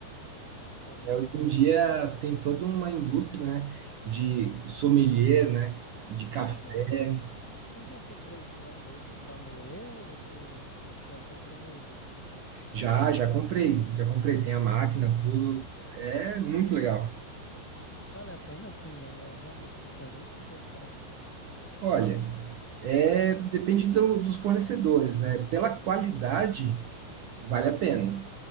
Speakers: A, in the centre; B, on the right.
A: É,
B: É, hoje em dia tem toda uma indústria, né, de sommelier, né, de café.
A: tu já Tu já comprou o grão mesmo pra moer ou tu já compra moído?
B: Já, já comprei, já comprei, tem a máquina, tudo. É muito legal.
A: Vale a pena, assim, é realmente diferente. O que é que tu acha?
B: Olha, é, depende do- dos fornecedores, né? Pela qualidade, vale a pena.